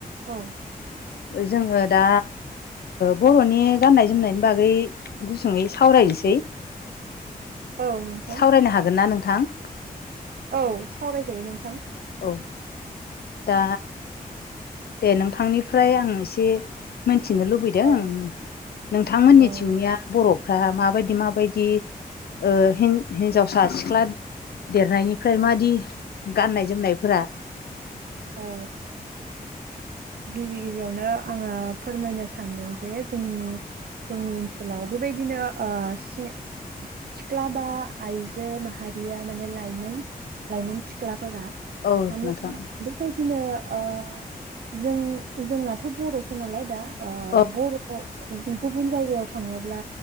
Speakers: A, on the right; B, on the left.
A: औ
B: जोङो दा बर'नि गाननाय जोमनायनि बागै गुसुङयै सावरायनोसै
A: औ नोंथां
B: सावरायनो हागोन ना नोंथां?
A: औ सावरायजायो नोंथां
B: औ दा दे नोंथांनिफ्राय आं एसे मोनथिनो लुबैदों
A: औ
B: नोंथांमोननि
A: औ
B: थिंनिया बर' फ्रा माबायदि माबायदि ओ हिन-हिन्जावसा सिख्ला देरनायनिफ्राय मादि गाननाय जोमनायफोरा
A: औ गिबि गिबियावनो आङो फोरमायनो सानदों जे जोंनि जोंनि ओनसोलाव बेबायदिनो ओ से सिख्लाबा आइजो माहारिया माने लायोमोन लाइमोन सिख्लाफोरा
B: औ
A: माने
B: नोंथां
A: बेबायदिनो ओ जों जोंनाथ' बर'सो नालाय दा ओ
B: औ
A: बर' गुबुन जायगायाव थाङोब्ला